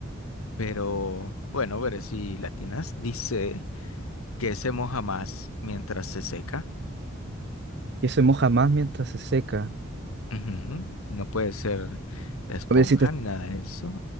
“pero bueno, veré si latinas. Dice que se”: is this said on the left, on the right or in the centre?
Left